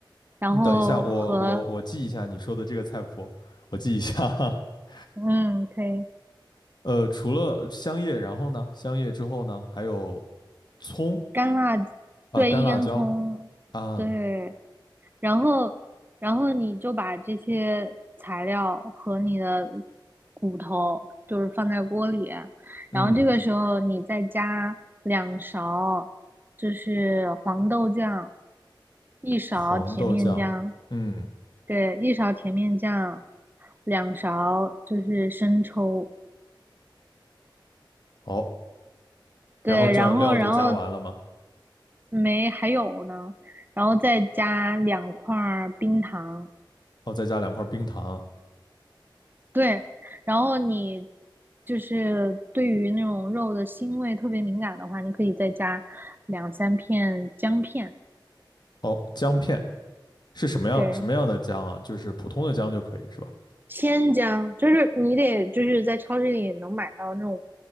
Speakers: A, on the right; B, on the left.
A: 然后和
B: 你等一下，我我我记一下你说的这个菜谱，我记一下。<laughs>
A: 嗯，可以。
B: 呃，除了香叶，然后呢，香叶之后呢，还有葱
A: 干辣，
B: 啊、
A: 对，
B: 干辣椒
A: 一根葱，
B: 啊，
A: 对，然后然后你就把这些材料和你的骨头就是放在锅里，
B: 嗯，
A: 然后这个时候你再加两勺就是黄豆酱，一勺甜面酱，
B: 黄豆酱，嗯，
A: 对，一勺甜面酱，两勺就是生抽。
B: 好，
A: 对，
B: 然后这样料就加完了嘛，
A: 然后然后没还有呢，然后再加两块儿冰糖，
B: 哦，再加两块冰糖，
A: 对，然后你就是对于那种肉的腥味特别敏感的话，你可以再加两三片姜片，
B: 哦，姜片是什么样什么样的姜啊？
A: 对，
B: 就是普通的姜就可以是吧？
A: 鲜姜，就是你得就是在超市里也能买到那种